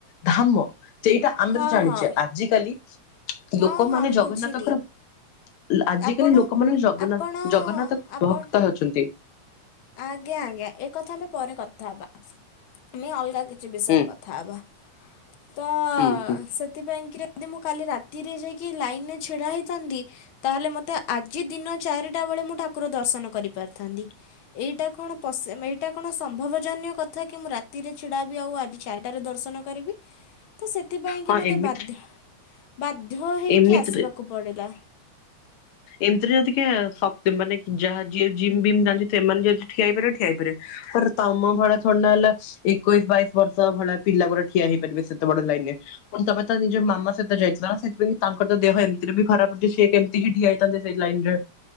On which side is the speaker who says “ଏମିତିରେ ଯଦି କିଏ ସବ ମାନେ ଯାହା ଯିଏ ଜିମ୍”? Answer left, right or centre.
Left